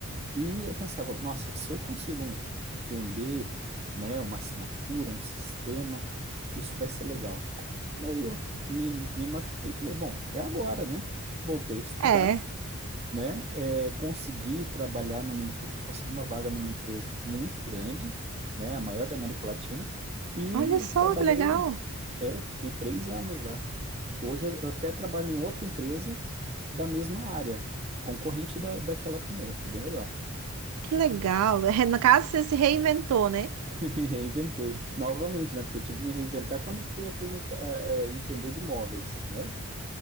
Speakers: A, on the right; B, on the right.
A: E eu pensava, nossa, se eu consigo vender, né, uma assinatura, um sistema, isso vai ser legal. Daí eu me, me machuquei e falei, bom, é agora, né? Voltei a estudar
B: É.
A: né? É, conseguir trabalhar numa empre- conseguir uma vaga numa empresa muito grande, né? A maior da América Latina. E
B: Olha só
A: trabalhei,
B: que legal.
A: é, fiquei três anos lá. Hoje eu eu até trabalho em outra empresa da mesma área, concorrente da, daquela primeira. Foi bem legal.
B: Que legal. <laughs> É, No caso, você se reinventou, né?
A: <laughs> Me reinventei novamente, né? Porque eu tive que me reinventar quando fui apresentar, eh, entender de imóveis, né?